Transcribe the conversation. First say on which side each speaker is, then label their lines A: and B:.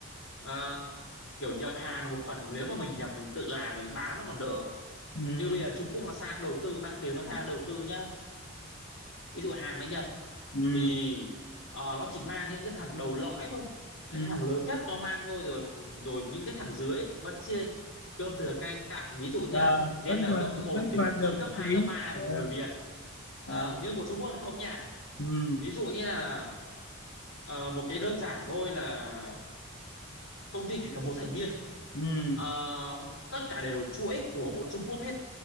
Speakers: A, on the left; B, on the left.
A: à, kiểu nhập hàng một phần nếu mà mình nhập mình tự làm mình bán nó còn đỡ
B: ừ,
A: như bây giờ Trung Quốc là sang đầu tư mang tiếng nó sang đầu tư nhá ví dụ Hàn với Nhật
B: ừ,
A: thì ờ, nó chỉ mang những cái thằng đầu lõi thôi cái
B: ừ.
A: thằng lớn nhất nó mang thôi rồi rồi những cái thằng dưới ấy vẫn chia cơm thừa canh cặn ví dụ
B: À,
A: như là Vendor
B: vẫn còn
A: cấp một
B: vẫn
A: thì
B: còn được
A: vẫn
B: một
A: cấp 2
B: tí
A: cấp 3 này
B: à,
A: còn người Việt Ờ,
B: à,
A: nhưng bộ Trung Quốc thì không nha
B: ừ,
A: ví dụ như là ờ, một cái đơn giản thôi là công ty kể cả một thành viên
B: ừ,
A: ờ, tất cả đều là chuỗi của bộ Trung Quốc hết